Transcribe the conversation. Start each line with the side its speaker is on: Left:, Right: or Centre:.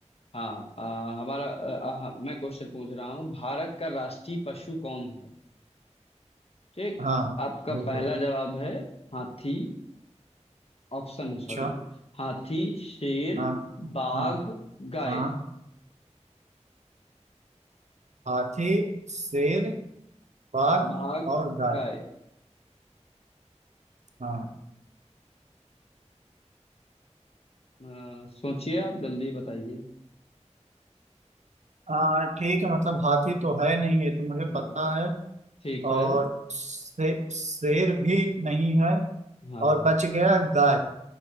Left: हाँ आ, हमारा आ, आ, मैं क्वेश्चन पूछ रहा हूँ भारत का राष्ट्रीय पशु कौन है ठीक
Right: हाँ
Left: आपका
Right: बिल्कुल
Left: पहला जवाब है हाथी ऑप्शन है सॉरी
Right: अच्छा
Left: हाथी शेर
Right: हाँ
Left: बाघ
Right: हाँ
Left: गाय
Right: हाँ हाथी शेर बाघ
Left: बाघ
Right: और गाय
Left: गाय
Right: हाँ
Left: आ, सोचिए आप जल्दी बताइए
Right: हाँ ठीक है मतलब हाथी तो है नहीं ये तो मुझे
Left: हाँ
Right: पता है
Left: ठीक है
Right: और शे, शेर भी नहीं है
Left: हाँ
Right: और बच गया गाय